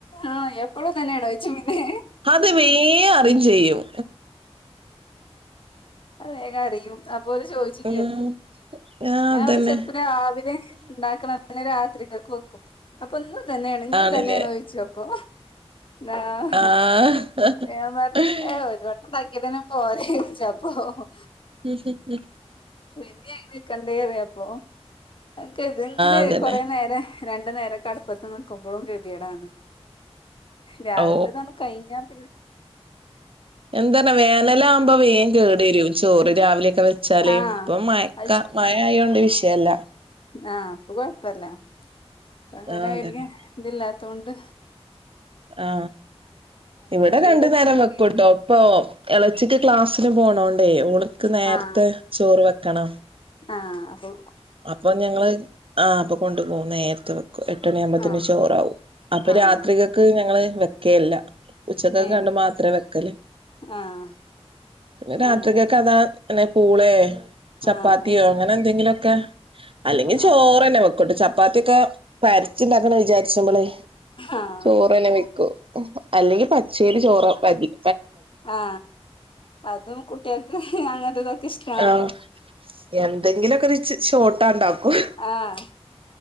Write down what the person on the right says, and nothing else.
അത് വേം അറിംചെയ്യും.
ഉം
ആ
അതന്നെ
ആണില്ലേ
ആ
<unintelligible> <unintelligible>
അതന്നെ
ഓ
എന്താ വേനല ആകുമ്പോ വേം കേട് വരും ചോറ് രാവിലെെ ഒക്കെ വെച്ചാല്
ഇപ്പൊ മക്ക
മഴ ആയൊണ്ട് വിഷയല്ല
ആഹ് അതന്നെ
ആ ഇവിടെ
രണ്ടു നേരം വെക്കൂട്ടോ
പ്പൊ ഇളച്ചിക്ക് ക്ലാസ്സിന് പോണോണ്ടേ ഓള്ക്ക് നേരത്തെ
ചോറ് വെക്കണം
അപ്പൊ ഞങ്ങള് ആഹ് അപ്പൊ കൊണ്ടു പോകുന്ന നേരത്ത് എട്ടണി ആവുമ്പോതന്നെ
ചോറാവും അപ്പൊ
രാത്രികക്ക് ഞങ്ങള് വെക്കേല്ല ഉച്ചക്കൊക്കെ
കണ്ട മാത്രേ വെക്കലേ
പിന്നെ രാത്രികൊക്കെ
അതാ പിന്നെ പൂളേ ചപ്പാത്തിയോ
അങ്ങനെ എന്തെങ്കിലുമൊക്കെ അല്ലെങ്കിൽ ചോറ്ന്നെ
വെക്കട്ട് ചപ്പാത്തിയൊക്കെ പരത്തി ഉണ്ടാക്ക വിചാരിക്ക <unintelligible>
ചോറ്ന്നെ വെക്കൂ അല്ലെങ്കിൽ പച്ചേല് ചോറ വതിും
ആഹ് എന്തെങ്കിലുമൊക്കെ റിച്ച് ഷോട്ടാണ്ടാക്കും